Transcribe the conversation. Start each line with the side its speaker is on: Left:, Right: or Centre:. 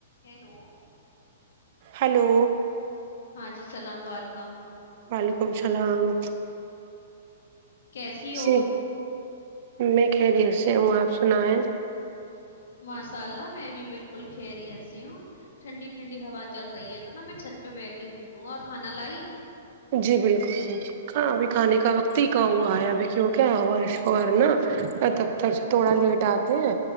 Left: hello
Right: hello
Left: ہاں جی سلام و علیکم
Right: وعلیکم السلام
Left: کیسی ہو
Right: جی میں خیریت سے ہوں آپ سنا ہے
Left: ماشاء اللہ میں بھی بالکل خیریت سے ہوں ٹھنڈی ٹھنڈی ہوا چل رہی ہے تو نا میں چھت پہ بیٹھی ہوئی ہوں اور کھانا لائی
Right: جی بالکل جی کہاں ابھی کھانے کا وقت ہی کاا ہوا ہے ابھی کیوں کیا شہور نا دبتر تھوڑا لیٹ آتے ہیں